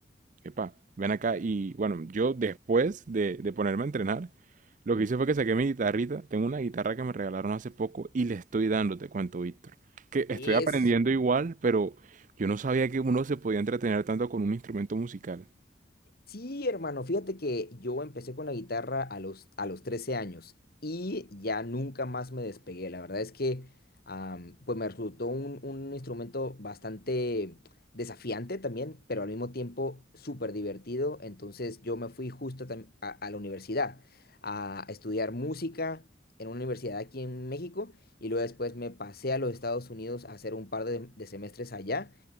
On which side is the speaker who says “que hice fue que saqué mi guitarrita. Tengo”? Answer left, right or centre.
Right